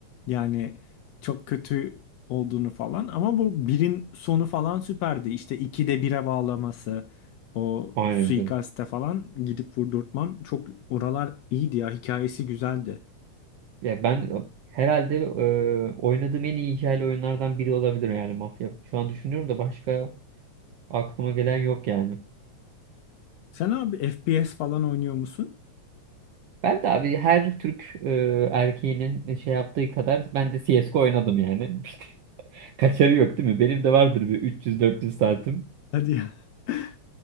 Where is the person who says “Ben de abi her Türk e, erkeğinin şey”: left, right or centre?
Right